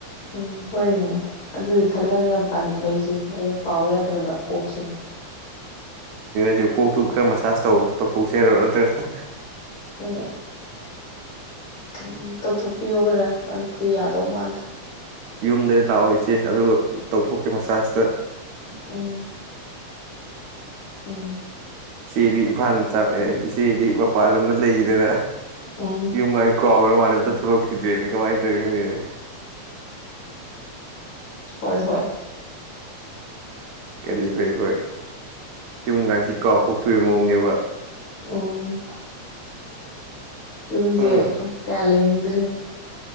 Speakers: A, on the left (about 60°); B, on the right (about 80°).
A: ꯎꯝ ꯍꯣꯏꯕ ꯑꯗꯨꯒꯤ ꯈꯜꯂꯒ ꯌꯥꯝ ꯄꯥꯅꯤꯡꯕ ꯑꯩꯁꯦ ꯑꯗꯣ ꯄꯥꯎ ꯌꯥꯗꯦ ꯅꯠꯇ꯭ꯔꯕ ꯀꯣꯛꯁꯤꯅ
B: ꯁꯨ ꯀꯣꯛꯇꯨ ꯈꯔ ꯃꯁꯥꯥꯁ ꯇꯧꯊꯣꯛꯆꯦ ꯍꯥꯏꯔꯣ ꯅꯠꯇ꯭ꯔꯒꯅ
A: ꯎꯝ ꯎꯝ ꯇꯧꯊꯣꯛꯄꯤꯌꯣ ꯈꯔ ꯑꯗꯨꯗꯤ ꯌꯥ ꯇꯧꯃꯥꯟ
B: ꯌꯨꯝꯗ ꯂꯥꯛꯑꯣ ꯏꯆꯦ ꯑꯗꯨꯒ ꯇꯧꯊꯣꯛꯀꯦ ꯃꯁꯖꯇ
A: ꯎꯝ ꯎꯝ
B: ꯏꯆꯦꯗꯤ ꯏꯝꯐꯥꯜ ꯃꯆꯥ ꯑꯦ ꯏꯆꯦꯗꯤ ꯃꯄꯥꯟ ꯂꯝꯗ ꯂꯩꯈꯤꯗꯅ
A: ꯎꯝ
B: ꯏꯃꯥꯏ ꯀꯥꯟꯒꯔꯒ ꯃꯥꯜꯂꯦꯅꯦ ꯑꯝꯇ ꯊꯣꯛꯂꯛꯈꯤꯗ꯭ꯔꯦꯅꯦ ꯀꯃꯥꯏ ꯇꯧꯔꯤꯅꯣ ꯈꯪꯗꯦꯅꯦ
A: ꯍꯣꯏ ꯍꯣꯏ
B: ꯀꯔꯤ ꯍꯣꯏ ꯍꯣꯏ ꯌꯨꯝ ꯀꯥꯟꯁꯤ ꯀꯥꯎꯊꯣꯛꯈꯤꯕꯩ ꯃꯑꯣꯡꯅꯦꯕ
A: ꯎꯝ ꯌꯨꯝꯖꯦ
B: ꯎꯝ
A: ꯀꯌꯥ ꯂꯩꯅꯤꯡ ꯗ꯭ꯔꯦꯅꯦ